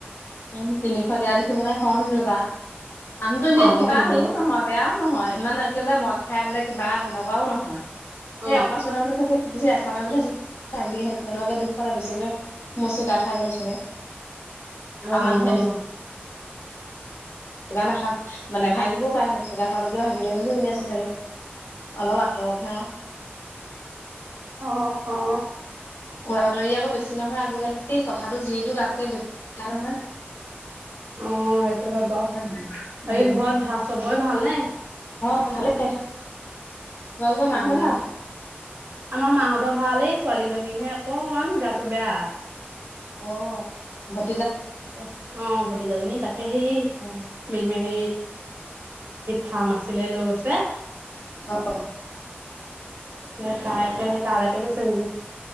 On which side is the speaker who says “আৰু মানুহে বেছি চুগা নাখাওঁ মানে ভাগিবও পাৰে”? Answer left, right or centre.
Left